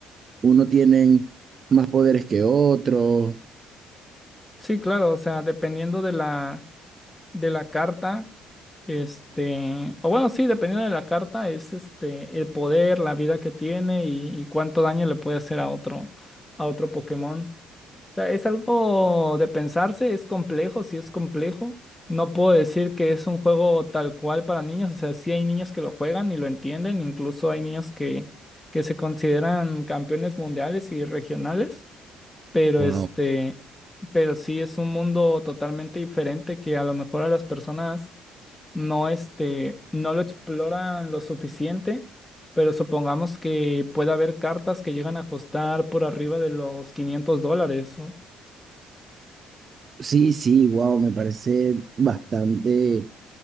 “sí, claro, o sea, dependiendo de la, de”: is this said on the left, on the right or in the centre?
Left